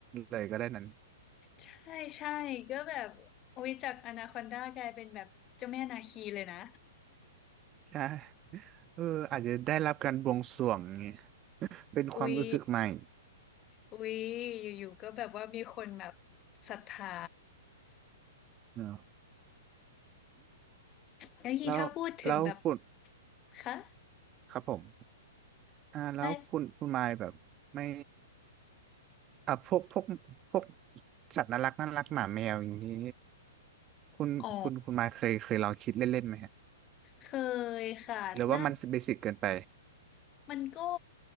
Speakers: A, on the right; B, on the left.
A: เลยก็ได้นั้น
B: ใช่ใช่ก็แบบอุ๊ยจากอนาคอนดากลายเป็นแบบเจ้าแม่นาคีเลยนะ
A: ใช่เอออาจจะได้รับการบวงสรวงอย่างงี้เป็นความรู้สึกใหม่
B: อุ๊ยอุ๊ยอยู่ๆก็แบบว่ามีคนแบบศรัทธา
A: เนอะ
B: แล้วทีถ้าพูดถึงแบบ
A: แล้วแล้วฝุ่น
B: คะ
A: ครับผมอ่าแล้วฝุ่นฝุ่นไม้แบบไม่
B: ไม่
A: อ่ะพวกพวกพวกสัตว์น่ารักน่ารักหมาแมวอย่างนี้คุณคุณคุณไม้เคยเคยลองคิดเล่นๆไหมฮะ
B: อ๋อเคยค่ะน่า
A: หรือว่ามันเบสิกเกินไป
B: มันก็